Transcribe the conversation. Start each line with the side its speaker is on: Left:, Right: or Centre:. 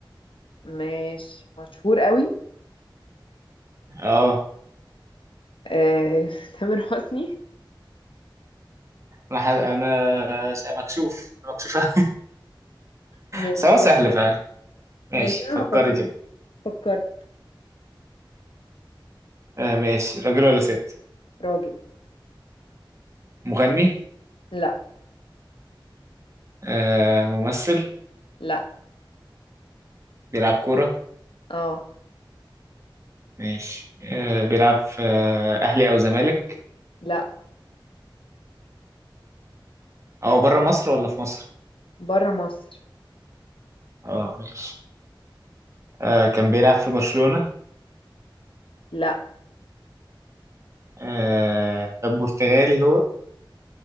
Left: ماشي مشهور أوي
Right: اه
Left: آه <laughs> تامر حسني
Right: انا ح- انا س- مكشوف انا مكشوف <laughs>
Left: ماشي
Right: سواء سهل
Left: يلا.
Right: فعلا ماشي
Left: ماشي أنا
Right: فكري
Left: هفكر
Right: كده
Left: فكرت
Right: آه ماشي راجل ولا ست
Left: راجل
Right: مغني
Left: لا
Right: آه ممثل
Left: لا
Right: بيلعب كورة
Left: اه
Right: ماشي آه بيلعب في آه، اهلي او زمالك
Left: لا
Right: او بره مصر ولا في مصر
Left: بره مصر
Right: اه ماشي آه كان بيلعب في برشلونة
Left: لا
Right: آه طب برتغالي هو